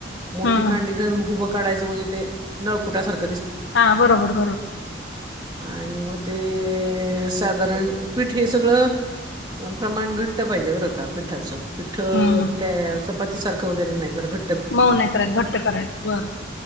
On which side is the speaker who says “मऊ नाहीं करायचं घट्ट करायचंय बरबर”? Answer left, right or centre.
Left